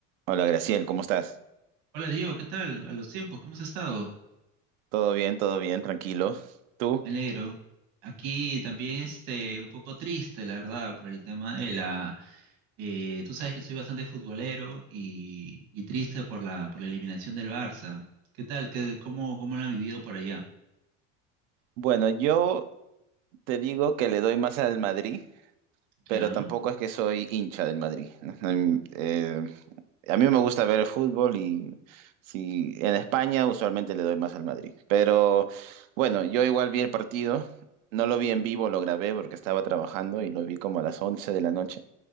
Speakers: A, on the right; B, on the right.
A: Hola Graciel, ¿cómo estás?
B: Hola Diego, ¿qué tal? A los tiempos, ¿cómo has estado?
A: Todo bien, todo bien, tranquilo. ¿Tú?
B: Me alegro. Aquí también este, un poco triste, la verdad, por el tema de la... eh, tú sabes que soy bastante futbolero y, y triste por la, por la eliminación del Barça. ¿Qué tal? ¿Qué, cómo, cómo lo han vivido por allá?
A: Bueno, yo te digo que le doy más al Madrid, pero
B: ¿Ya?
A: tampoco es que soy hincha del Madrid, ¿no? Em, eh, a mí me gusta ver el fútbol y si en España usualmente le doy más al Madrid. Pero bueno, yo igual vi el partido, no lo vi en vivo, lo grabé porque estaba trabajando y lo vi como a las 11 de la noche.